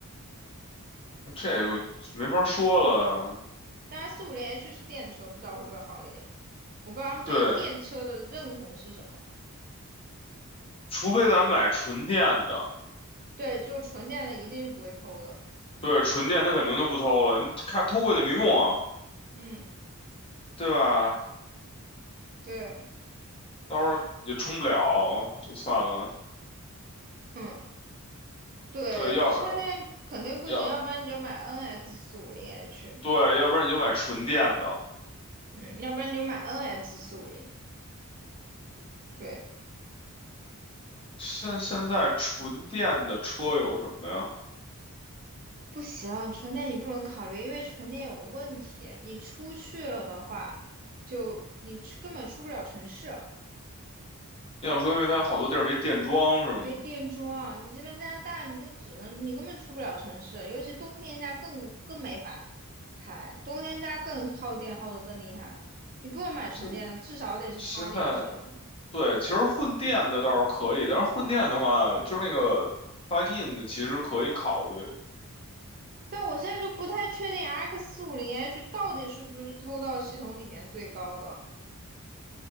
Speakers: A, on the left; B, on the right.
A: 这个没法说了。
B: 当然，四五零 H 是电车，不知道会不会好一点。我不知道他们对于电车的认同是什么。
A: 对，除非咱买纯电的，
B: 对，就纯电的一定是不会偷的。
A: 对，纯电它肯定就不偷了，你看偷过去没用啊，
B: 嗯，
A: 对吧？
B: 对，
A: 到时候也充不了，就算了。
B: 嗯，对，
A: 对，要是
B: 就插电肯定不行，
A: 要
B: 要不然你就买 NX 四五零 H，
A: 对，要不然你就买纯电的。
B: 嗯，要不然你就买 NX 四五零。对，
A: 现现在纯电的车有什么呀？
B: 不行，纯电你不能考虑，因为纯电有个问题，你出去了的话，就你出根本出不了城市，
A: 你想说，因为它好多地儿没电桩是吗？
B: 没电桩。你这边加拿大，你都只能你根本出不了城市，尤其冬天家更更没法开，冬天家更耗电耗的更厉害。你不能买纯电的，
A: 就是
B: 至少得是插电式的
A: 现在对，其实混电的倒是可以，但是混电的话，就是那个 plug in 的，其实可以考虑。
B: 但我现在就不太确定 X 四五零 H 到底是不是偷到系统里面最高的。